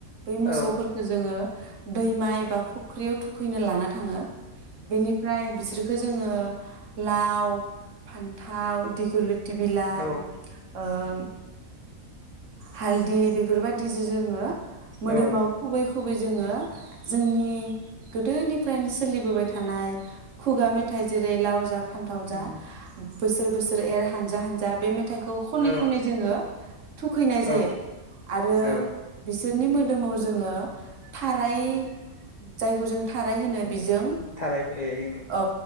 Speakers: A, on the right; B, on the left.
A: बै मोसौफोरखो
B: औ
A: जोङो दैमा एबा फुख्रियाव थुखैनो लाना थाङो बेनिफ्राय बिसोर खो जोङो लाव फान्थाव दिगोलि थि बिलाइ
B: औ
A: ओ <inaudible> हालदि बेफोरबायदि जो जोङो मोदोमाव
B: औ
A: खुबै गुबै जोङो जोंनि गोदोनिफ्रायनो सोलिबोबाय थानाय खुगा मेथाइ जेरै लावजा फान्थाव जा
B: उम
A: बोसोर बोसोर एर हानजा हानजा बे मे थाइखौ खनै
B: औ
A: खनै जोङो थुखैनाय जायो
B: औ
A: आरो
B: औ
A: बिस सोरनि मोदोमाव जोङो थाराय जायखौ जों था राय होनो बिजों
B: थाराय बिलाइ
A: औ